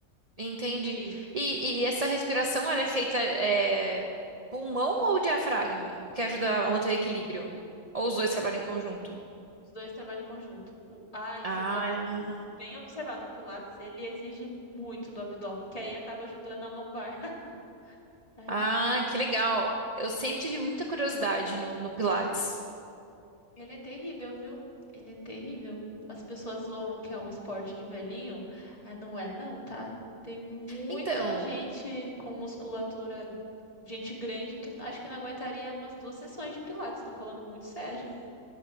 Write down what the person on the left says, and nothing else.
Sim,
os dois trabalham em conjunto. O, ah, e
você falou, bem observado, o Pilates, ele exige muito do abdômen, que aí acaba ajudando a lombar. <laughs> a região
Ele é terrível, viu? Ele é terrível. As pessoas zoam que é um esporte de velhinho. Ah, não é não, tá? Tem muita
gente com musculatura, gente grande que acho que não aguentaria umas duas sessões de pilates. Tô falando muito sério. <laughs>